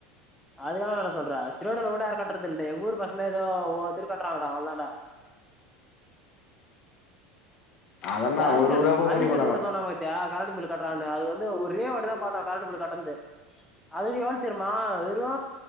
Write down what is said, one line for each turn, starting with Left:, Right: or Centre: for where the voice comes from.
Centre: அது தா நானு சொல்றே ஸ்ரீவைண்டம்ல கூட யாரு கட்றது இல்லே எங்க ஊர் பக்கந்தா ஏதோ ஒ ஒருத்தர் கட்றாங்கடா அவ்ளதான்டா
Left: அதன்னா
Centre: இந்த அரிசன்
Left: ஒரு ரூபா போக
Centre: அரிசன்
Left: ஆகும்
Centre: கூட சொன்ன பாத் தியா கரண்டு பில்லு கட்றாங்கன்னு அது வந்து ஒரே வாடிதா பாத்தோ கரண்டு பில்லு கட்டுனது அது எவ்ள தெரியுமா வெறு